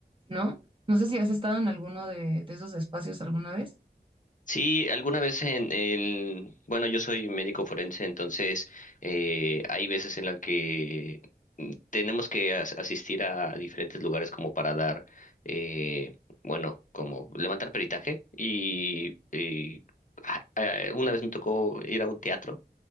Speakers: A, on the right (about 30°); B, on the left (about 50°).
A: ¿no? No sé si has estado en alguno de, de esos espacios alguna vez.
B: Sí, alguna vez en el, bueno, yo soy médico forense, entonces eh, hay veces en las que mm, tenemos que as- asistir a diferentes lugares como para dar, eh, bueno, como levantar peritaje y, y, ah, eh, una vez me tocó ir a un teatro